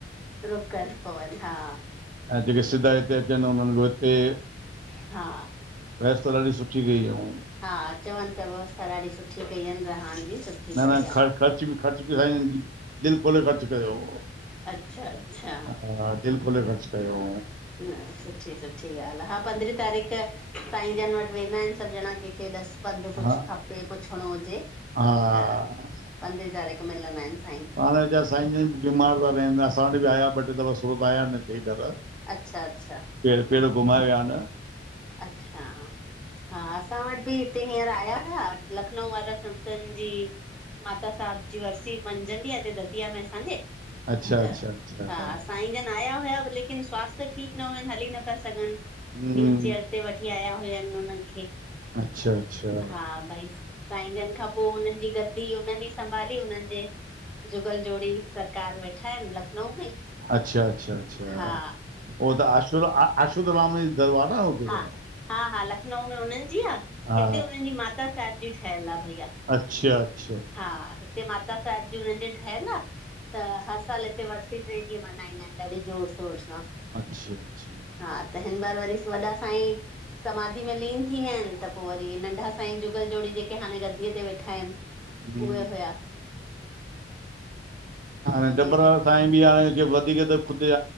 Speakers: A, in the centre; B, on the right.
A: रोकण पवन हा।
B: ऐं जेके सिधा हिते अचनि उन्हनि खे हिते
A: हा
B: व्यवस्था ॾाढी सुठी कई हुयव
A: हा अचवनि पिया व्यवस्था ॾाढी सुठी कई आहिन रहण जी सुठी
B: न
A: बढ़िया
B: न ख़र्च बि ख़र्च बि साईं जन जी दिलि खोले ख़र्च कयो
A: अच्छा अच्छा
B: हा दिल खोले ख़र्च कयो
A: न सुठी सुठी ॻाल्हि आहे हा पंद्रहीं तारीख़ साईं जन वटि वेंदा आहिन सभु ञणा कंहिंखे ॾसु पंधु कुझु
B: हा
A: खपे पुछणो हुजे
B: हा
A: त पंद्रहीं तारीख़ मिलंदा आहिन
B: पाणे विचारा साईं जन बि बीमार था रहनि असां वटि बि आया ॿ टे दफ़ा सूरत आया न हिते घर
A: अच्छा अच्छा
B: पेर पेर घुमाए विया न
A: अच्छा हा असां वटि बि हिते हींअर आया हुआ लखनऊ वारा संतनि जी माता साहिब जी वरसी पंजन ॾिहनि जी आहे हिते दतिया में असांजे त
B: अच्छा अच्छा अच्छा
A: हा अ साई जन आया हुया लेकिन स्वास्थ्य ठीकु न हुयुनि हली न पिया सघनि
B: हा
A: चेअर ते वठी आया हुयनि उननि खे
B: अच्छा अच्छा
A: हा भई साईं जनि खां पोइ हुननि जी गद्दी हुननि ई संभाली हुननि जे जुगल जोड़ी सरकार वेठा आहिन लखनऊ में
B: अच्छा अच्छा अच्छा
A: हा
B: उहो त अश आसूदा राम जी दरवार आं हुते
A: हा
B: न त
A: हा हा लखनऊ में हुननि जी आहे
B: हा
A: हिते हुननि जी माता साहिब जी ठहियलु आहे भईया
B: अच्छा अच्छा
A: हा हिते माता साहिब जी हुननि जी ठहियलु आहे त हर सालु हिते वरसी टे ॾींहं मल्हाईंदा आहिन ॾाढे जोर शोर सां
B: अच्छा अच्छा
A: हा त हिन बार वरी वॾा साईं समाधि में लीन थी विया आहिन त पोइ वरी नंढा साईं जुगल जोड़ी जेके हाणे गद्दीअ ते वेठा आहिन
B: हम्म,
A: उहे हुया
B: हाणे
A: त
B: डबरा
A: ॿिए
B: साईं बि हाणे वधीक त ख़ुदि